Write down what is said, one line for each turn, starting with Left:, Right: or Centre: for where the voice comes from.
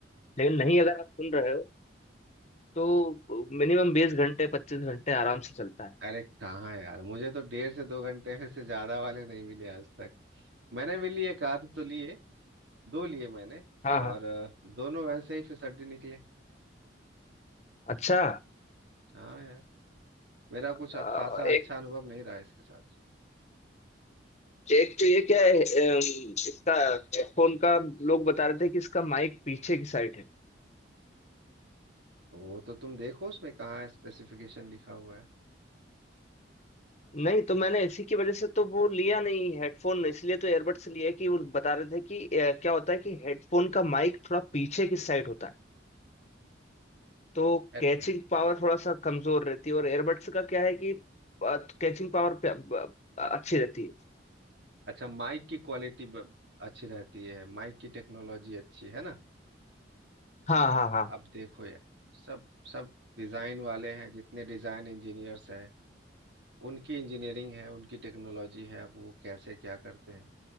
Left: लेकिन नहीं अगर आप सुन रहे हो तो मिनिमम बीस घंटे पच्चीस घंटे आराम से चलता है
Right: अरे कहाँ यार मुझे तो डेढ़ से दो घंटे <laughs> से ज्यादा वाले नहीं मिले आज तक मैंने भी लिए एक आध तो लिए दो लिए मैंने
Left: हाँ
Right: और
Left: हाँ
Right: अ, दोनों वैसे ही फिसड्डी निकले
Left: अच्छा
Right: हाँ यार मेरा कुछ
Left: अ,
Right: अ- खासा
Left: एक
Right: अच्छा अनुभव नहीं रहा इसके साथ
Left: एक तो ये क्या है अम, इसका हेडफोन का लोग बता रहे थे कि इसका माइक पीछे की साइड है
Right: वो तो तुम देखो उसमें कहाँ स्पेसिफिकेशन लिखा हुआ है
Left: नहीं तो मैंने इसी की वजह से तो वो लिया नहीं हेडफोन इसलिए तो एयरबड्स लिया कि वो बता रहे थे कि अ, क्या होता है कि हेडफोन का माइक थोड़ा पीछे की साइड होता है तो
Right: हेडफोन
Left: कैचिंग पावर थोड़ा सा कमजोर रहती है और एयरबड्स का क्या है कि कैचिंग पावर अच्छी रहती है
Right: अच्छा माइक की क्वालिटी ब- अच्छी रहती है माइक की टेक्नोलॉजी अच्छी है ना
Left: हाँ हाँ हाँ
Right: अब देखो यार सब सब डिज़ाइन वाले हैं जितने डिज़ाइन इंजीनियर्स हैं उनकी इंजीनियरिंग है उनकी टेक्नोलॉजी है अब वो कैसे क्या करते हैं